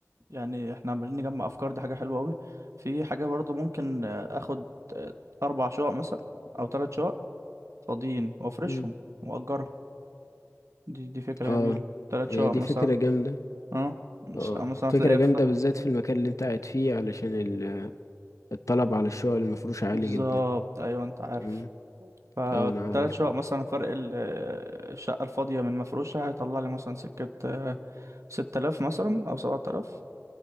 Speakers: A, on the right (about 70°); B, on the left (about 85°).
A: يعني احنا عمالين نجمع افكار دي حاجة حلوة قوي في حاجة برضه ممكن آه، اخد آه، اربع شقق مثلا او ثلاث شقق فاضيين وافرشهم
B: مم.
A: واجرهم دي دي فكرة
B: اه
A: جميلة ثلاث
B: هي
A: شقق
B: دي
A: مثلا
B: فكره جامده
A: اه
B: اه
A: شقة مثلا هتلاقيها
B: فكره جامده
A: في
B: بالذات في المكان اللي انت قاعد فيه علشان ال- الطلب على الشقق المفروش عالي
A: بالظبط
B: جدا
A: ايوه انت عارف
B: مم.
A: فالتلات
B: اه انا عارف
A: شقق مثلا فرق ال- الشقة الفاضية من المفروشة هيطلع لي مثلا سكة آه، ستة آلاف مثلا أو سبعة آلاف